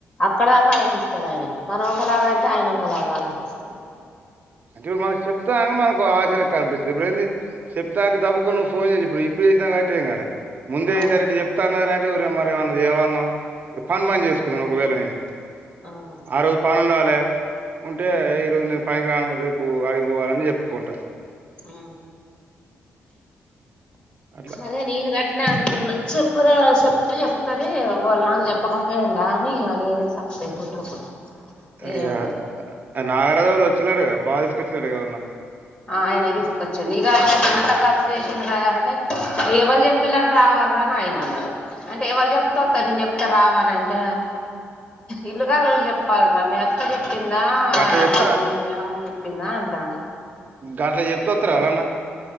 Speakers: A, on the left (about 25°); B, on the right (about 45°).
A: అక్కడి దాక ఆలోచిస్తాడు ఆయన మనం ఒకలాగా అంటే ఆయన ఒక ఒక లాగా ఆలోచిస్తడు
B: అంటే ఇప్పుడు మనకు చెప్తా మనకు ఆశ లెక్క అనిపిస్తగది ఇప్పుడు ఏంది చెప్తా అంటే దబుక్కున నువ్వు ఫోన్ చేసి ఇప్పు ఇప్పుడు చేసినవు కాబట్టి ఏం కాలే ముందే
A: ఆ
B: సారి ఇట్లా చెప్తాన్నదిరా అంటే తే ఓరే మరేమన్న తేవాల్నా పని
A: ఆ
B: బంద్ చేసుకున్నా ఒకవేళ నేను
A: అవును
B: ఆ రోజు పనీ ఉండాలే ఉంటే
A: ఉమ్,
B: ఈరోజు నేను పనికి రానివ్వరు రేపు ఆడికిపోవాలని చెప్పుకుంటా
A: ఆ
B: అట్లా
A: అదే నేను కట్న అనుకున్న చెప్పురా చెప్ తే చెప్తది ఒకవేళ నాకు చెప్పకపోయిండా అని ఇగ నేనే <inaudible>
B: అది
A: ఏం
B: కాదట
A: అడగను
B: నాగరాజు వాళ్ళు వచ్చిన్లటగా బావ తీసుకొచ్చిండటగా ఏవళన్నా
A: ఆ ఆయన తీసుకొచ్చిండు ఇగ ఆయనకు ఇంత చ్చ చేసింది రా అంటే ఎవరు చెప్పిలని రావాల్రా అని ఆయన అన్నడు. అంటే ఎవల్ చెప్తే అత్తవ్ నేను చెప్తా రావ అనంటే ఇల్లు కలళు చెప్పాల్రా మీ అత్త చెప్ ప్పిందా
B: గట్ల చెప్తారా
A: దా అంటాడు
B: గట్ల చెప్తే ఒత్తరా ఎవలన్న